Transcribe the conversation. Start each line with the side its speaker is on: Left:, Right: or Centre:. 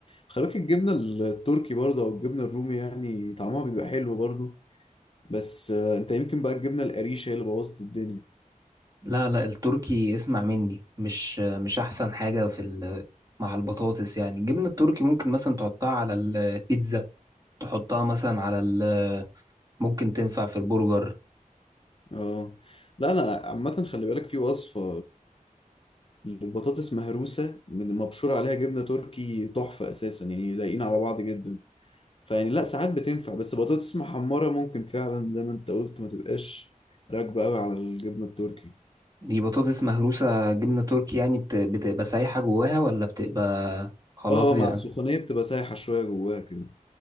Left: خلي بالك الجبنة التركي برضه أو الجبنة الرومي يعني طعمها بيبقى حلو برضه بس آه، أنت يمكن بقى الجبنة القريشة هي اللي بوظت الدنيا
Right: لا لا التركي اسمع مني مش مش احسن حاجة في ال... مع البطاطس يعني الجبنة التركي ممكن مثلا تحطها على البيتزا تحطها مثلا على ال... ممكن تنفع في البرجر
Left: اه لا أنا عامة خلي بالك في وصفة البطاطس مهروسة من مبشور عليها جبنة تركي تحفة أساسا يعني لايقين على بعض جدا فيعني لا ساعات بتنفع بس بطاطس محمرة ممكن فعلا زي ما أنت قلت ما تبقاش راكبة قوي على الجبنة التركي
Right: دي بطاطس مهروسة جبنة تركي يعني بت... بتبقى سايحة جواها ولا بتبقى خلاص
Left: اه
Right: يعني
Left: مع السخونية بتبقى سايحة شوية جواها كده